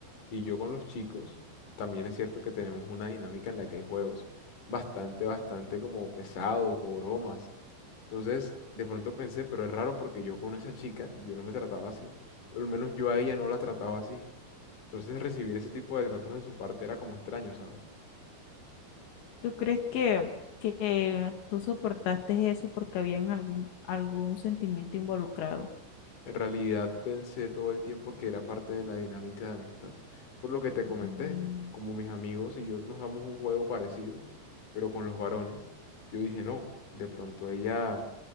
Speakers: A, on the left; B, on the left.
A: y yo con los chicos, también es cierto que tenemos una dinámica en la que hay juegos bastante, bastante como pesados o bromas. Entonces, de pronto pensé, pero es raro porque yo con esa chica, yo no me trataba así. O al menos yo a ella no la trataba así. Entonces recibir ese tipo de tratos de su parte era como extraño, ¿sabes?
B: ¿Tú crees que, que tú soportaste eso porque había algún, algún sentimiento involucrado?
A: En realidad pensé todo el tiempo que era parte de la dinámica de amistad. Por lo que te comenté,
B: Mm,
A: como mis amigos y yo nos damos un juego parecido, pero con los varones, yo dije, no, de pronto ella